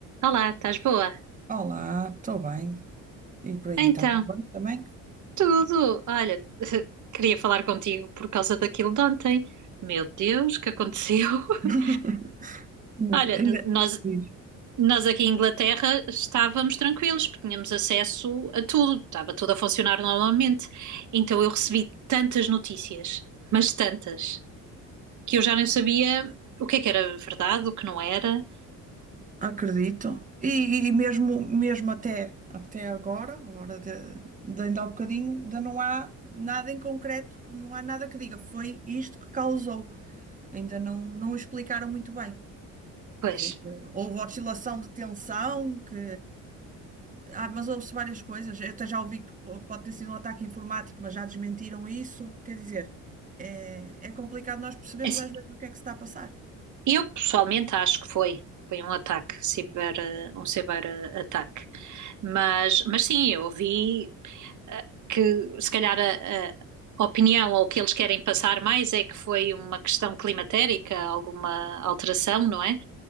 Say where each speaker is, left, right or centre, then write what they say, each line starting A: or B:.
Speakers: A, on the right; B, on the right.
A: Olá, estás boa?
B: Olá, estou bem. E por aí,
A: Então,
B: está tudo bem também?
A: tudo. Olha, <laughs> queria falar contigo por causa daquilo de ontem. Meu Deus, o que aconteceu? <laughs>
B: <laughs>
A: Olha,
B: Ainda
A: n- nós,
B: Sim.
A: nós aqui em Inglaterra estávamos tranquilos, porque tínhamos acesso a tudo, estava tudo a funcionar normalmente. Então eu recebi tantas notícias, mas tantas, que eu já nem sabia o que é que era verdade, o que não era.
B: acredito. E, e mesmo, mesmo até, até agora, agora de, de ainda há bocadinho, ainda não há nada em concreto, não há nada que diga foi isto que causou. Ainda não, não explicaram muito bem.
A: Pois,
B: Sim, Houve oscilação de tensão, que... Ah, mas houve-se várias coisas. Eu até já ouvi que po- pode ter sido um ataque informático, mas já desmentiram isso. Quer dizer, é, é complicado nós percebemos
A: é assim,
B: às vezes o que é que se está a passar.
A: Eu pessoalmente acho que foi. Foi um ataque, ciber, eh, um ciberataque. Mas, mas sim, eu ouvi que se calhar a, a opinião ou o que eles querem passar mais é que foi uma questão climatérica, alguma alteração, não é?